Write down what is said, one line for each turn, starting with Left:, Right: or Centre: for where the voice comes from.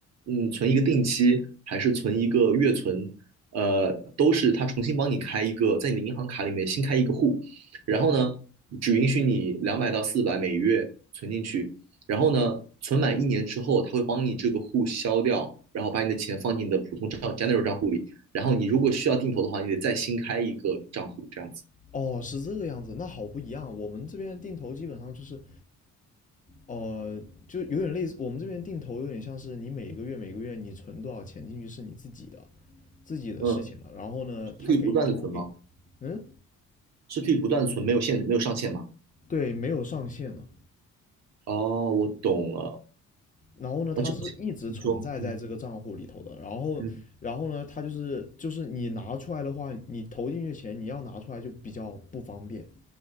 Right: 嗯，存一个定期，还是存一个月存，呃，都是它重新帮你开一个，在你的银行卡里面新开一个户，然后呢，
Left: 对，
Right: 只允许你两百到四百每月存进去，然后呢，存满一年之后，它会帮你这个户消掉，然后把你的钱放进你的普通账 general 账户里，然后你如果需要定投的话，你得再新开一个账户，这样子。
Left: 哦，是这个样子，那好不一样。我们这边定投基本上就是。呃，就有点类似我们这边定投，有点像是你每个月每个月你存多少钱进去是你自己的，自己的事情了。
Right: 嗯，
Left: 然后呢，他给他会给，
Right: 可以不断的存吗？
Left: 嗯，
Right: 是可以不断的存，没有限，没有上限吗？
Left: 对，没有上限的。
Right: 哦，我懂了。
Left: 然后呢，它是一直存在在这个账户里头的。
Right: 那这样子你说，嗯
Left: 然后，
Right: 嗯，
Left: 然后呢，它就是就是你拿出来的话，你投进去的钱你要拿出来就比较不方便。